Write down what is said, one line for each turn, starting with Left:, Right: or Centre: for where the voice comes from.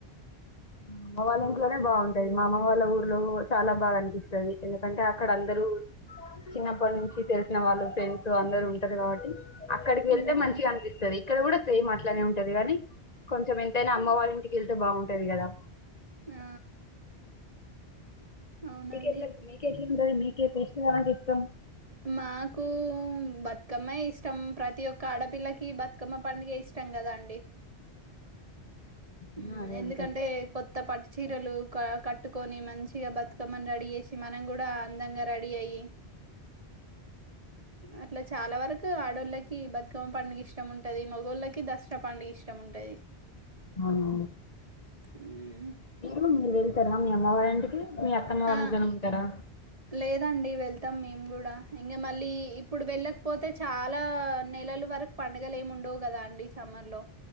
Left: మా అమ్మ వాళ్ల ఇంట్లోనే బాగుంటాది. మా అమ్మ వాళ్ల ఊరిలో చాలా బాగా అనిపిస్తాది. ఎందుకంటే అక్కడ అందరూ. చిన్నప్పటి నుంచి తెలిసిన వాళ్లు, ఫ్రెండ్స్ అందరూ ఉంటారు, కాబట్టి అక్కడికి
Right: హ్మ్
Left: వెళ్తే మంచిగా అనిపిస్తాది. ఇక్కడ కూడా సేమ్ అట్లానే ఉంటాది కానీ. కొంచెం ఎంతైనా అమ్మ వాళ్ల ఇంటికి వెళ్తే బాగుంటాది కదా!
Right: ఆ అవునండి
Left: మీకెట్లా? మేకెట్లుంది? ఉంటాది మీకే ఫెస్టివల్ అంటే ఇష్టం?
Right: మాకు హ్మ్ బతుకమ్మ ఇష్టం. ప్రతి ఒక్క ఆడపిల్లకి బతుకమ్మ పండగే ఇష్టం కదా అండి? హ్మ్
Left: ఆ! అదే
Right: ఎందుకంటే
Left: ఉంటది.
Right: కొత్త పట్టు చీరలు క కట్ కట్టుకొని మంచిగా బతుకమ్మన రెడీ చేసి, మనం కూడా అందంగా రెడీ అయ్యి అట్లా చాలావరకు ఆడోళ్లకి బతుకమ్మ పండగ ఇష్టం ఉంటది. మొగోళ్లకి దసరా పండగ ఇష్టం ఉంటది.
Left: అవును,
Right: మ్మ్
Left: మీరు మీవే. వెళ్తారా? మీ అమ్మ వాళ్ల ఇంటికి? మీ అత్తమ్మ వాళ్ల
Right: ఆ
Left: ఇంట్లోనే ఉంటారా?
Right: లేదండి వెళ్తాం మేము కూడా ఇంక మళ్లీ ఇప్పుడు వెళ్లకపోతే చాలా నెలలు వరకు పండగలు ఏమ ఉండవు కదా అండి. సమ్మర్‌లో